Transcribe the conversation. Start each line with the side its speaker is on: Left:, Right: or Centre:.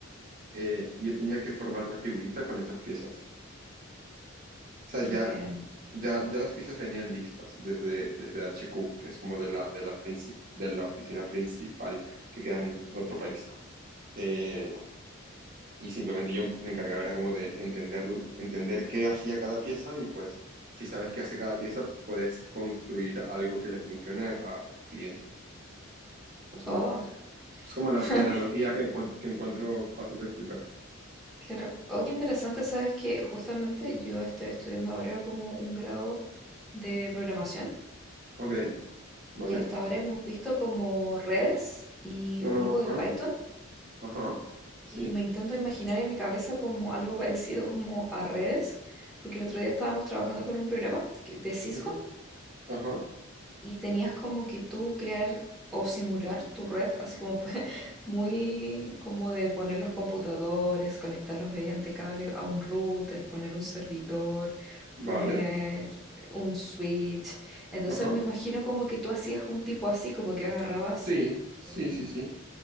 Right: eh, y yo tenía que formar la figurita con esas piezas. O sea, ya,
Centre: Entiendo.
Right: ya, ya las piezas venían listas desde, desde HQ, que es como de la, de la, princip- de la oficina principal que queda en otro país. Eh, y simplemente yo me encargaba era como de entenderlo, entender qué hacía cada pieza y pues si sabes qué hace cada pieza, puedes construir algo que le funcione a cliente. Más o
Centre: Oh,
Right: menos eso. Es como la,
Centre: <laughs>
Right: la analogía que, encuent- que encuentro fácil de explicar.
Centre: claro. Oh, qué interesante. Sabes que justamente yo estoy estudiando ahora como un grado de programación
Right: Ok, vale.
Centre: y hasta ahora hemos visto como redes y
Right: Ajá,
Centre: un poco de Python
Right: ajá, sí,
Centre: y me intento imaginar en mi cabeza como algo parecido como a redes, porque el otro día estábamos trabajando con un programa que- de Cisco
Right: ujú, ajá,
Centre: y tenías como que tú crear o simular tu red, así como <laughs> muy como de poner los computadores, conectarlos mediante cable a un router, poner un servidor,
Right: vale,
Centre: poner un switch. Entonces
Right: ajá,
Centre: me imagino como que tú hacías un tipo así, como que agarrabas
Right: sí, sí,
Centre: eh,
Right: sí, sí. O